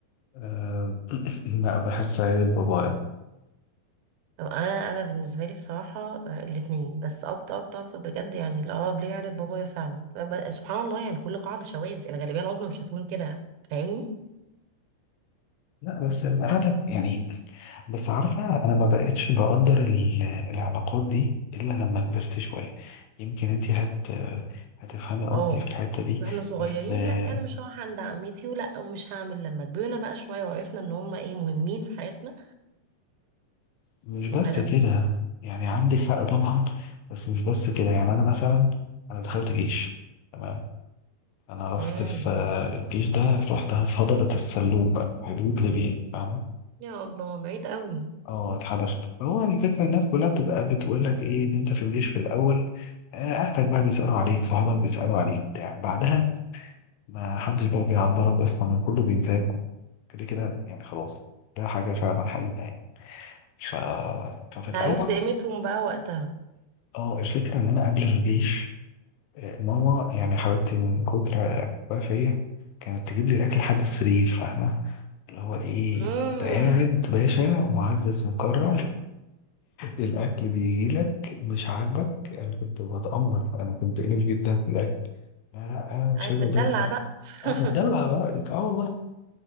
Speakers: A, on the left (about 80°); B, on the right (about 80°).
A: آه، <clears throat> لا بحسها عيلة بابايا
B: لو انا انا بالنسبة لي بصراحة آه، الاتنين بس اكتر اكتر اكتر بجد يعني الاقرب ليا عيلة بابايا فعلا فب- سبحان الله يعني كل قاعدة شواذ الغالبية العظمى مش هتكون كده فاهمني
A: لا بس القعدة بت- يعني بس عارفة أنا ما بقتش بقدر ال- العلاقات دي إلا لما كبرت شوية يمكن أنت هت هتفهمي قصدي
B: اه
A: في الحتة دي
B: واحنا صغيرين
A: بس آه،
B: لا انا مش هروح عند عمتي ولا ومش هعمل لما كبرنا بقى شوية وعرفنا ان هم ايه مهمين في حياتنا
A: مش بس
B: فلا
A: كده يعني عندك حق طبعا بس مش بس كده يعني أنا مثلا أنا دخلت جيش تمام أنا رحت
B: مم.
A: في آه، الجيش ده رحت في هضبة السلوم بقى حدود ليبيا فاهمة
B: يا الله بعيد قوي
A: اه اتحدفت هو الفكرة الناس كلها بتبقى بتقول لك ايه ان انت في الجيش في الاول آه، اهلك بقى بيسألوا عليك صحابك بيسألوا عليك بتاع بعدها ما حدش بقى بيعبرك اصلا كله بينساك كده كده يعني خلاص ده حاجة فعلا حقيقة يعني ف... ففي الاول
B: عرفت قيمتهم بقى وقتها
A: اه الفكرة ان انا قبل الجيش آه، ماما يعني حبيبتي من كتر حبها فيا كانت تجيب لي الاكل لحد السرير فاهمة اللي هو ايه
B: امم
A: انت قاعد باشا معزز مكرم الأكل بيجيلك مش عاجبك أنا كنت بتأمر أنا كنت أليف جدا في الأكل لا لا أنا مش
B: قاعد
A: هاكل
B: متدلع
A: ده تاني
B: بقى
A: أه
B: <laughs>
A: متدلع على رأيك أه والله